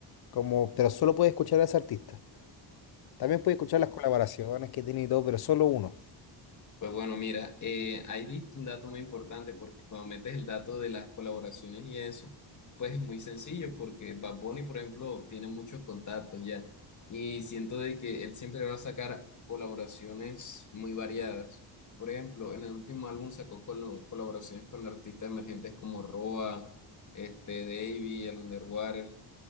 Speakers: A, on the left; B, on the left.
A: como, pero solo puedes escuchar a ese artista. También puedes escuchar las colaboraciones que tiene y todo, pero solo uno.
B: Pues bueno, mira, eh, ahí diste un dato muy importante porque cuando metes el dato de las colaboraciones y eso, pues es muy sencillo porque Bad Bunny, por ejemplo, tiene muchos contactos ya y siento de que él siempre va a sacar colaboraciones muy variadas. Por ejemplo, en el último álbum sacó colo- colaboraciones con artistas emergentes como Roa, este, Davey, el Underwater